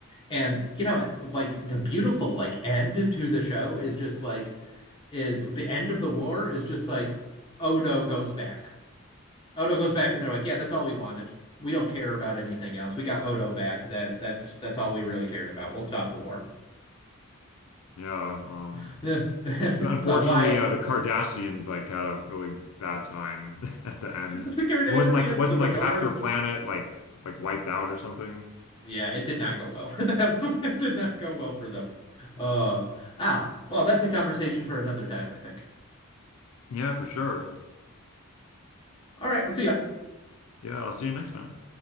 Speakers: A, on the left; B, on the left.
A: And you know, like the beautiful like end to the show is just like is the end of the war is just like Odo goes back. Odo goes back and they're like, "Yeah, that's all we wanted. We don't care about anything else. We got Odo back. That that's that's all we really cared about. We'll stop the war."
B: Yeah. um,
A: <laughs> it's
B: Unfortunately,
A: a wild.
B: uh, the Cardassians like had a really bad time <laughs> at the
A: <laughs>
B: end.
A: the
B: It
A: Cardassians,
B: wasn't like it wasn't
A: the Bajorans.
B: like half their planet like like wiped out or something.
A: Yeah, it did not go well for them. <laughs> it did not go well for them. Uh, ah, well, that's a conversation for another time, I think.
B: Yeah, for sure.
A: All right, I'll see ya.
B: Yeah, I'll see you next time.